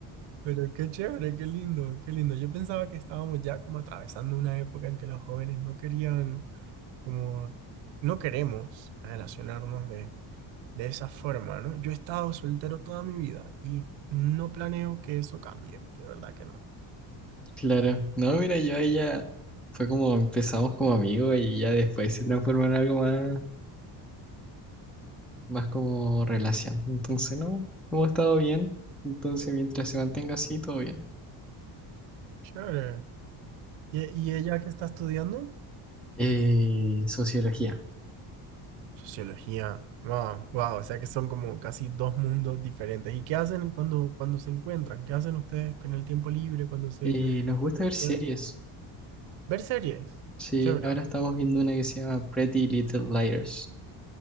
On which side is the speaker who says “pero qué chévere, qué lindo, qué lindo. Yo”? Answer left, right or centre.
Right